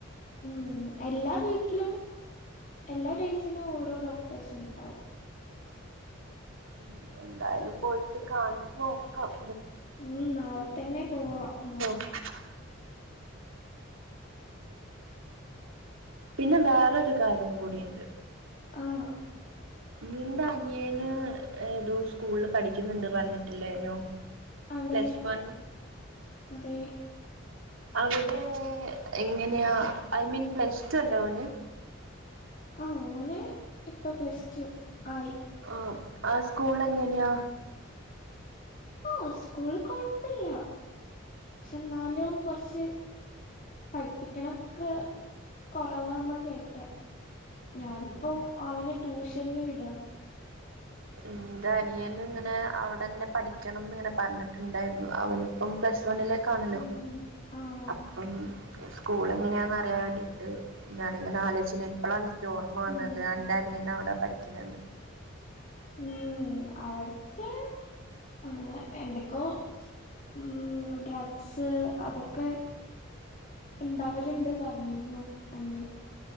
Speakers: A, on the left (about 40°); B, on the right (about 75°).
A: ഉം എല്ലാ വീ ക്കിലും എല്ലാ ഡേസിലും ഓരോ ഡോക്ടേഴസും ഉണ്ടാവും
B: ഉം, എന്തായാലും പോയിട്ട് കാണിച്ചു നോക്കാം
A: ഉം നാളെ തന്നെ പോവാ എന്നാ
B: <unintelligible> പിന്നെ വേറ ഒരു കാര്യം കൂടിണ്ട്
A: ആഹ്
B: നിന്റെ അനിയേന് ഏതോ സ്കൂൾ പഠിക്കുന്നുണ്ട് പറഞ്ഞിട്ടില്ലെനിയോ
A: അതെ
B: പ്ലസ് വൺ
A: അതെ
B: അവിടെ എങ്ങനെയാ ഐ മീൻ പ്ലസ് ടു അല്ല ഓന്
A: ആഹ് ഓൻ ഇപ്പോ പ്ലസ് ടു ആയി
B: ഓഹ് അസ് സ്കൂൾ എങ്ങനെയ
A: ആഹ് സ്കൂള് കൊഴപ്പില്ല പക്ഷെ എന്നാലും കൊറച്ച് പഠിപ്പിക്കണ ക്കെ കൊറവാന്നാ കേട്ടെ ഞാനിപ്പോ
B: ഉം.
A: അവന ടുഷ് ചെന്ന വീടാ
B: ഇന്റെ അനിയൻ ഇങ്ങനെ അവിടെങ്ങനെ പഠിക്കണം ന്ന് ഇങ്ങനെ പറഞ്ഞിട്ടുണ്ടായിരുന്നു അവനി ഇപ്പം പ്ലസ് വണിൽ കാണല്ലോ
A: ഉം ആഹ്
B: അപ്പം സ്കൂൾ എങ്ങനെയാന്ന് അറിയാൻ വേണ്ടിട്ട് ഞാൻ ഇങ്ങനെ ആലോചന് അപ്പളാണ് എനിക്ക് ഓർമ്മ വന്നത്
A: ഉം
B: അന്റാനിയനെ അവിടെ പ <unintelligible>
A: ഉം അവ്ട്ത്തെ അ എന്തക്കോ ഉം ഡ്രഗ്സ് അതൊക്കെ ണ്ടാവല്ണ്ട് പറഞ്ഞിരുന്നു അനിയൻ